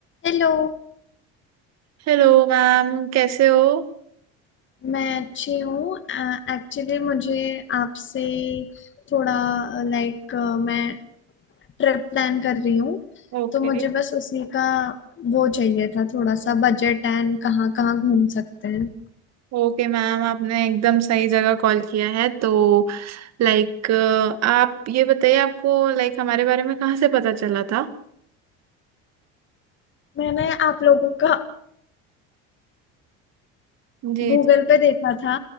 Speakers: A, on the left (about 35°); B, on the right (about 55°).
A: Hello
B: Hello ma'am कैसे हो
A: मैं अच्छी हूँ एक्चुअली मुझे आपसे थोड़ा लाइक मैं ट्रिप प्लान कर रही हूँ
B: Okay
A: तो मुझे बस उसी का वो चाहिए था थोड़ा सा बजट एंड कहाँ कहाँ घूम सकते हैं
B: okay ma'am आपने एकदम सही जगह कॉल किया है तो लाइक आप ये बताइए आपको लाइक हमारे बारे में कहाँ से पता चला था
A: मैंने आप लोगों का
B: जी
A: गूगल
B: जी
A: पे देखा था